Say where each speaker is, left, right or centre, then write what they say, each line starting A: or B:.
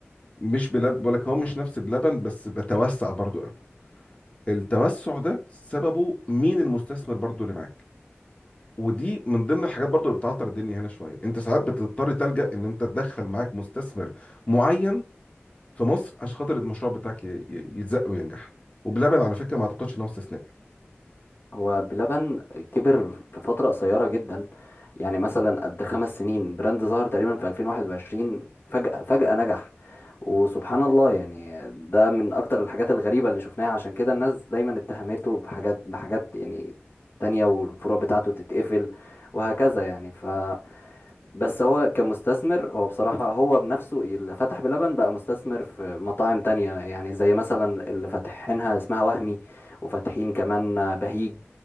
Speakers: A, on the left (about 30°); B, on the left (about 55°).
A: مش بلب بقول لك هو مش نفس بلبن بس بتوسع برضو قوي التوسع ده سببه مين المستثمر برضو اللي معاك ودي من ضمن الحاجات برضو اللي بتعطر الدنيا هنا شويه انت ساعات بتضطر تلجأ ان انت تدخل معاك مستثمر معين في مصر عشان خاطر المشروع بتاعك ي- ي- يتزق وينجح وبلبن على فكره ما اعتقدش ان هو استثناء
B: هو بلبن كبر في فترة قصيرة جدا يعني مثلا قد خمس سنين براند ظهر تقريبا في 2021 فجأة فجأة نجح وسبحان الله يعني ده من أكتر الحاجات الغريبة اللي شفناها عشان كده الناس دايما اتهمته بحاجات بحاجات يعني تانية والفروع بتاعته تتقفل وهكذا يعني ف بس هو كمستثمر هو بصراحة هو بنفسه اللي فتح بلبن بقى مستثمر في مطاعم تانية يعني زي مثلا اللي فاتحينها اسمها وهمي وفاتحين كمان بهيج